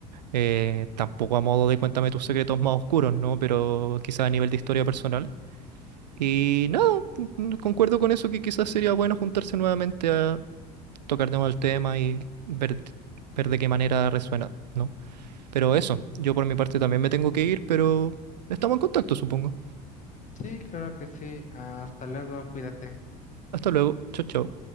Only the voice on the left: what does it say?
Sí, claro que sí. Hasta luego, cuídate.